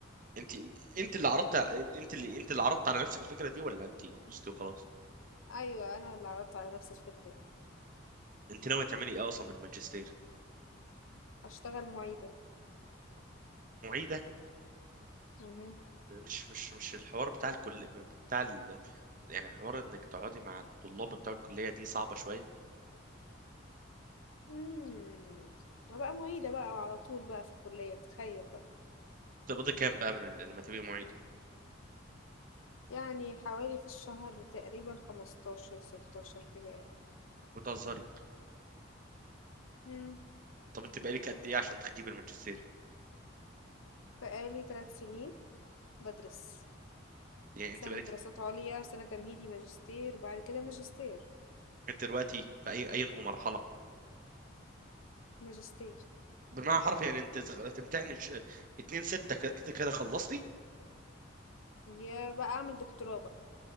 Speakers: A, on the right (about 40°); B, on the left (about 85°).
A: انت انت اللي عرضت انت اللي انت اللي عرضت على نفسك الفكره دي ولا انت دوستي وخلاص
B: ايوه انا اللي عرضت على نفس الفكرة دي
A: انت ناويه تعملي ايه اصلا بالماجستير
B: هشتغل معيدة
A: معيده
B: مهم.
A: مش مش مش الحوار بتاع الكل بتاع ال... يعني حوار انك تقعدي مع الطلاب بتاع الكليه دي صعبه شويه
B: مم. بقى معيدة بقى وعلى طول بقى في الكلية تخيل بقى
A: تقبضي كام بقى من ال- لما تبقي معيده
B: يعني حوالي في الشهر تقريبا خمستاشر ستاشر كده يعني
A: بتهزري
B: مم.
A: طب انت بقالك قد ايه عشان تجيبي الماجستير
B: بقالي تلات سنين بدرس
A: يعني
B: سنة
A: انت بقالك
B: دراسات عليا وسنة تمهيدي ماجستير بعد كده ماجستير
A: انت دلوقتي في اي اينه مرحله
B: ماجستير
A: بالمعنى الحرفي يعني انت زغ... تمتحني ش... 2 6 ك- كده كده خلصتي
B: يا بقى اعمل دكتوراه بقى